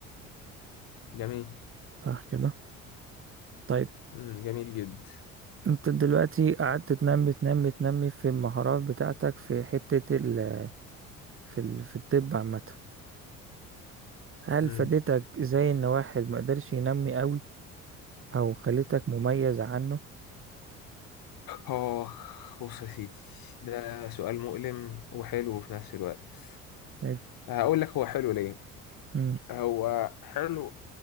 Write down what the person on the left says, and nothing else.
جميل
مم. جميل جدا
مم.
اه بص يا سيدي ده سؤال مؤلم وحلو في نفس الوقت
هقول لك هو حلو ليه
هو حلو